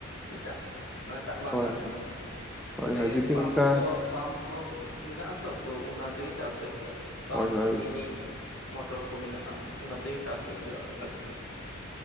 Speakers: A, on the left; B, in the centre.
A: ᱞᱮ ᱪᱟᱥᱟ ᱾ ᱢᱟᱱᱮ ᱫᱟᱜ ᱵᱟᱝ
B: ᱦᱳᱭ
A: ᱫᱟᱜ ᱞᱮᱠᱷᱟᱱ
B: ᱦᱳᱭ
A: ᱢᱟᱱᱮ
B: ᱦᱳᱭ ᱦᱳᱭ ᱡᱩᱫᱤ
A: ᱯᱟᱢᱯ
B: ᱚᱱᱠᱟ
A: ᱠᱚ ᱯᱟᱢᱯ ᱠᱚ ᱢᱮᱱᱟᱜ-ᱟ ᱛᱚ ᱛᱚ ᱚᱱᱟ ᱛᱮᱜᱮ ᱪᱟᱥ ᱦᱩᱭᱩᱜ ᱜᱮᱭᱟ ᱾ ᱯᱟᱢᱯ
B: ᱦᱳᱭ ᱦᱳᱭ
A: ᱢᱤᱱᱤ ᱢᱚᱴᱚᱨ ᱠᱚ ᱢᱮᱱᱟᱜᱼᱟ ᱚᱱᱟ ᱛᱮᱜᱮ ᱪᱟᱥ ᱦᱩᱭᱩᱜ ᱜᱮᱭᱟ ᱟᱞᱮ ᱴᱷᱮᱱ ᱾